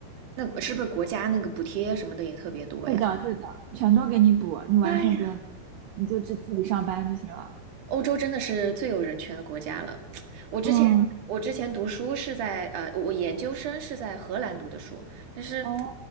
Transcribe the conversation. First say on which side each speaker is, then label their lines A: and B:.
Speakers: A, on the right (about 55°); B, on the right (about 80°).
A: 那是不是国家那个补贴什么的也特别多呀？
B: 对的，对的，全都给你补，你完全不用担心，
A: 哎呀，
B: 你就自自己上班就行了。
A: 欧洲真的是最有人权的国家了。我之前我之前读书是在呃，
B: 嗯，
A: 我研究生是在荷兰读的书，但是
B: 哦